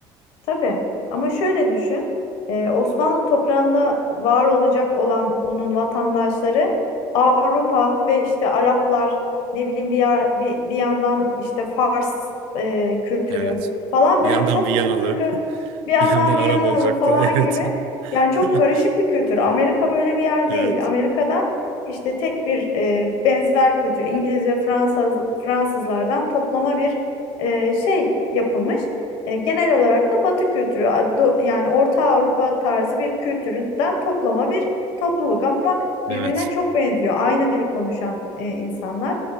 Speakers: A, on the left; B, on the right.
A: Tabii. Ama şöyle düşün. e, Osmanlı toprağında var olacak olan onun vatandaşları Avrupa ve işte Araplar ne bileyim bir, yer- bir, bir yandan işte Fars e, kültürü
B: Evet.
A: falan
B: Bir
A: böyle
B: yandan
A: çok
B: Viyanalı,
A: kültürlü
B: <laughs>
A: bir yandan
B: bir yandan Arap
A: Viyanalı
B: olacaktı.
A: falan
B: <laughs> Evet.
A: gibi yani çok
B: <laughs>
A: karışık bir kültür. Amerika böyle bir yer
B: Evet.
A: değil. Amerika'da işte tek bir e, benzer kültür İngiliz ve Fransız Fransızlardan toplama bir e, şey yapılmış. E, genel olarak da Batı kültürü a- do- yani Orta Avrupa tarzı bir kültürden toplama bir topluluk ama
B: Evet.
A: birbirine çok benziyor. Aynı dili konuşan e, insanlar.